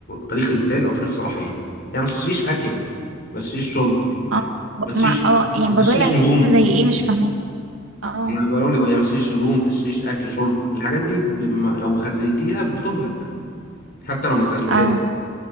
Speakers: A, on the left; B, on the right.
A: تاريخ انتاج او تاريخ صلاحيه يعني ما تشتريش اكل ما تشتريش شرب
B: اه ب-
A: ما تشتريش
B: مع اه يعني
A: ما
B: بضيع
A: تشتريش هدوم
B: زي ايه مش فاهمك اه
A: انا بقول لك هي ما تشتريش هدوم ما تشتريش اكل شرب الحاجات دي بم... لو خزنتيها بتهلك حتى لو ما استخدمتهاش
B: اه